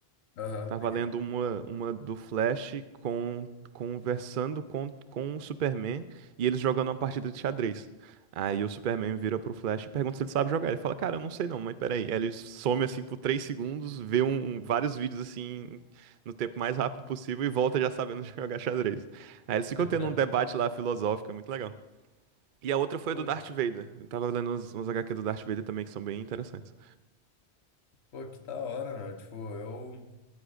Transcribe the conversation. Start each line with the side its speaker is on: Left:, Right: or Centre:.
Left: Aham,
Right: Tava
Left: peguei.
Right: lendo uma, uma do Flash com, conversando com, com o Superman e eles jogando uma partida de xadrez. Aí o Superman vira pro Flash e pergunta se ele sabe jogar. Ele fala, cara, eu não sei não, mas peraí. Aí ele some assim por 3 segundos, vê um, um, vários vídeos assim no tempo mais rápido possível e volta já sabendo <laughs> jogar xadrez. Aí eles ficam
Left: <laughs>
Right: tendo um debate lá filosófico, é muito legal. E a outra foi
Left: Pô,
Right: a do Darth Vader. Eu tava lendo uns, uns HQ do Darth Vader também que são bem interessantes.
Left: pô, que da hora, meu. Tipo, eu.